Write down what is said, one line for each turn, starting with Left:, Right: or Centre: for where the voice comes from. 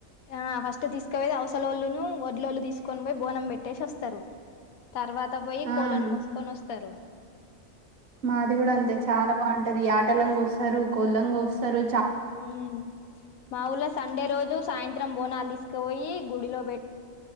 Left: ఆ ఫస్ట్ తీసుకోవేది అవసల ఒళ్ళును గొడ్లోళ్లు తీసుకొని పోయి బనం పెట్టి టెష్ అస్తరు తర్వాత బోయి
Right: ఆ
Left: కోళలన్ కోస్కొన్ ఒస్ తరు
Right: మాది గుడ అంతే చాలా బౌన్ ది యటలన్ గోస్తారు కోళ్ళన్ గోస్తారు
Left: ఉమ్ మా ఊళ్ళ సండే రోజు సాయంత్రం బోనాల్ తీసుకుపోయి గుడిలో పెట్